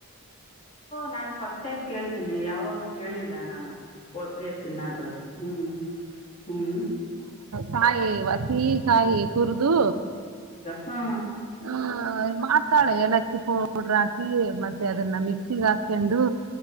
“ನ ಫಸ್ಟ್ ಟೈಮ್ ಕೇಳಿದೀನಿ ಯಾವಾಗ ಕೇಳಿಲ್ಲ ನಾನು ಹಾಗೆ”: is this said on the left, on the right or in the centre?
Left